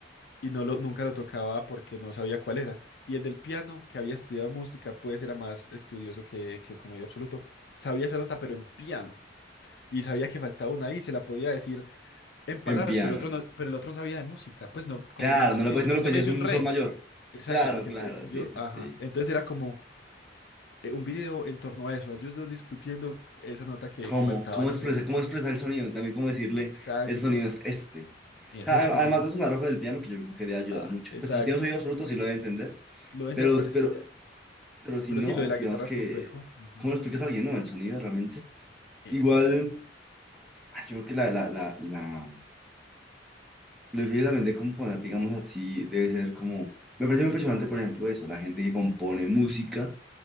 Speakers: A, on the left; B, in the centre.
A: y no lo, nunca lo tocaba porque no sabía cuál era. Y el del piano, que había estudiado música, pues era más estudioso que, que con oído absoluto, sabía esa nota pero en piano. Y sabía que faltaba una y se la podía decir en palabras,
B: En piano.
A: pero el otro no, pero el otro no sabía de música. Pues no, como
B: Claro,
A: me, usted
B: no le
A: me
B: puedes,
A: dice, un-
B: no le
A: usted
B: puedes
A: me dice
B: decir
A: un
B: es
A: re.
B: un sol mayor.
A: Exacto,
B: Claro,
A: porque
B: claro,
A: es que
B: sí,
A: yo,
B: sí,
A: ajá.
B: sí.
A: Entonces era como, eh, un video en torno a eso, a ellos dos discutiendo esa nota que,
B: ¿Cómo?
A: que faltaba
B: ¿Cómo
A: en
B: expresar,
A: ese... en-
B: cómo expresar el sonido? También cómo decirle,
A: eh, Exacto.
B: el sonido es este. O
A: Es
B: sea,
A: este,
B: a-
A: pero
B: Además
A: no-
B: de
A: sé.
B: sonar ojo del piano, que yo creo que debe ayudar
A: Ah,
B: mucho.
A: exacto.
B: Pues si tienes oídos frutos, sí lo debe entender.
A: Lo voy a entender,
B: Pero,
A: pero es
B: pero,
A: que ya...
B: pero si
A: Pero
B: no,
A: sí, lo de la
B: digamos
A: guitarra
B: que,
A: es complejo. Ujú.
B: ¿cómo lo explicas a alguien, no? El sonido realmente.
A: Exacto.
B: Igual, ah, yo creo que la, la, la, la, lo difícil también de componer, digamos así, debe ser como... Me parece muy impresionante, por ejemplo, eso, la gente que compone música